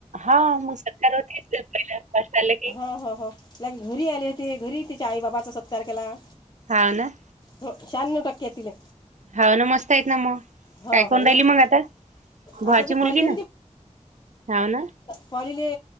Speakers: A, on the right; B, on the left.
A: हां म सरकारवरती कष्ट झालं की.
B: ह हो हो त्या घरी आले होते घरी तीच्या आई बाबाचा सत्कार केला.
A: हव ना.
B: हो शहाण्णव टक्के तिले.
A: हव ना मस्त आहेत ना मग.
B: हो
A: काय करून
B: हो
A: राहिली
B: एक
A: मग आता भावाची
B: आता ती
A: मुलगी
B: पॉली
A: ना हाव ना.
B: <unintelligible> ले